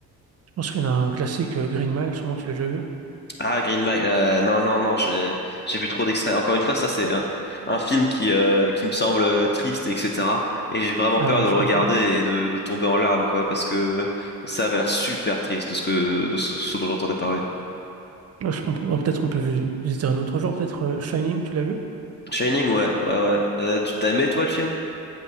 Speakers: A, on the right; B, on the left.
A: je pense qu'il y en a un classique, euh, Green Mile, sûrement tu l'as déjà vu.
B: Ah, Green Mile, euh, non, non, non, j'ai, j'ai vu trop d'extraits. Encore une fois, ça, c'est un, un film qui, euh, qui me semble euh, triste, etc. Et j'ai vraiment
A: Ah
B: peur
A: ouais,
B: de
A: je
B: le regarder
A: comprends.
B: et de, de tomber en larmes, quoi, parce que ça avait l'air super triste de ce que, de ce, ce dont j'entendais parler.
A: Ouais, je comprends. Bon, peut-être on peut vi- visiter un autre jour Peut-être euh, Shining, tu l'as vu?
B: Shining, ouais, ouais, ouais. Euh, tu t'as aimé, toi, le film?